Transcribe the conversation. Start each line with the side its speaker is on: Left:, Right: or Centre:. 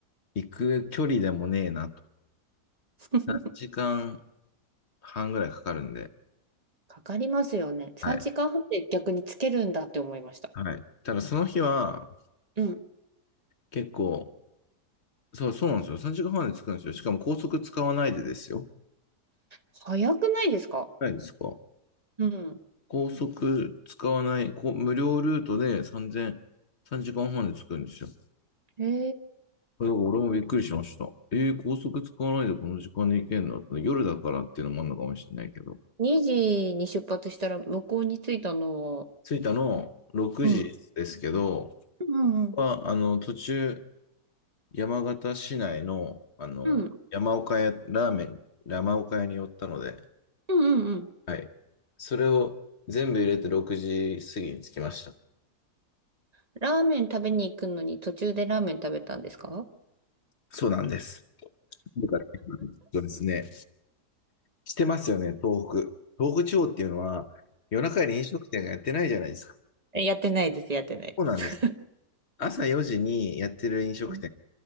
Left: 行く距離でもねえなと。
Right: <laughs>
Left: 3時間半ぐらいかかるんで。
Right: かかりますよね。3時間半で逆につけるんだって思いました。
Left: はい。はい。ただその日は
Right: うん。
Left: 結構そう、そうなんですよ。3時間半で着くんですよ。しかも高速使わないでですよ。
Right: 早くないですか
Left: ないですか。
Right: うん。
Left: 高速使わない、こ無料ルートで3 0 0時間半で着くんですよ。だ
Right: へ
Left: から俺もびっくりしました。えー、高速使わないでこの時間で行けんのって夜だからっていうのもあるのかもしれないけど。
Right: 2時に出発したら向こうに着いたのは、
Left: 着いたの6時ですけど、
Right: うん。うんうん。
Left: は、あの、途中、山形市内の、あの、
Right: うん。
Left: 山岡屋、ラーメン、山岡屋に寄ったので、
Right: うんうんうん。
Left: はい。それを全部入れて6時過ぎに着きました。
Right: ラーメン食べに行くのに途中でラーメン食べたんですか
Left: そうなんです。だからそうですね。してますよね、東北。東北地方っていうのは、夜中に飲食店がやってないじゃないですか。
Right: えやってないです、やってないです。
Left: そうなんです。朝4時にやってる飲食店。
Right: <laughs> うん。